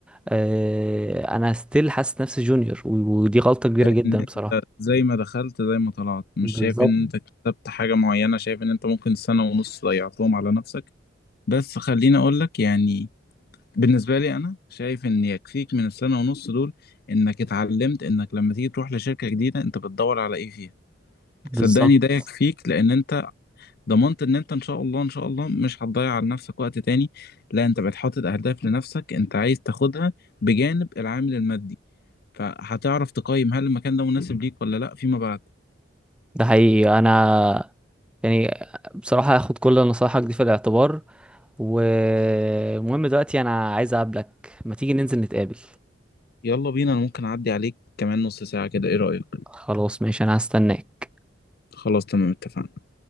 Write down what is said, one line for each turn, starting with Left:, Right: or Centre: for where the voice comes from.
Centre: آه، انا ستيل حاسس نفسي جونيور و- ودي غلطه كبيره
Left: ان
Centre: جدا
Left: انت
Centre: بصراحه
Left: زي ما دخلت زي ما طلعت مش
Centre: بالظبط
Left: شايف ان انت كتبت حاجة معينة شايف ان انت ممكن سنة ونص ضيعتهم على نفسك بس خليني اقول لك يعني بالنسبة لي انا شايف ان يكفيك من السنة ونص دول انك اتعلمت انك لما تيجي تروح لشركة جديدة انت بتدور على ايه فيها
Centre: بالظبط
Left: صدقني ده يكفيك لان انت ضمنت ان انت ان شاء الله ان شاء الله مش هتضيع على نفسك وقت تاني لا انت بقيت حاطط اهداف لنفسك انت عايز تاخدها بجانب العامل المادي فهتعرف تقيم هل المكان ده مناسب ليك ولا لا فيما بعد
Centre: ده حقيقي انا يعني بصراحه هاخد كل نصايحك دي في الاعتبار والمهم دلوقتي انا عايز اقابلك ما تيجي ننزل نتقابل
Left: يلا بينا انا ممكن اعدي عليك كمان نص ساعة كده ايه رأيك
Centre: خلاص ماشي انا هستناك
Left: خلاص تمام اتفقنا